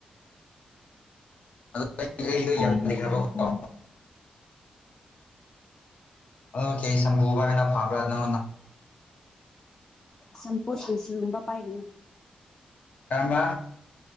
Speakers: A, on the left (about 65°); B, on the left (about 25°).
A: ꯑꯗꯨ ꯑꯩ ꯑꯩꯗꯣ
B: ꯀꯥꯏꯅꯤ
A: ꯌꯥꯝ ꯂꯩꯈ꯭ꯔꯕꯀꯣ
B: ꯐꯔ ꯑꯗꯨ
A: ꯑ ꯀꯦꯁꯝꯄꯨꯕꯕꯅ ꯄꯥꯕ꯭ꯔꯥꯅ
B: ꯁꯝꯄꯨꯔꯁꯟꯁꯤꯒꯨꯝꯕ ꯄꯥꯏꯒꯅꯤ
A: ꯀꯔꯝꯕ